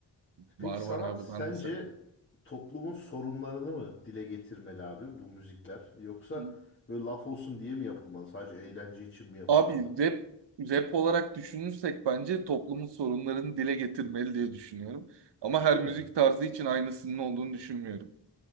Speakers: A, on the left; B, on the right.
A: Peki
B: var
A: sanat
B: var abi
A: sence
B: ben de severim.
A: toplumun sorunlarını mı dile getirmeli abi bu müzikler? Yoksa
B: Hı.
A: böyle laf olsun diye mi yapılmalı? Sadece eğlence için mi yapılmalı?
B: Abi rap rap olarak düşünürsek bence toplumun sorunlarını dile getirmeli diye düşünüyorum. Ama her
A: Değil
B: müzik
A: mi?
B: tarzı için aynısının olduğunu düşünmüyorum.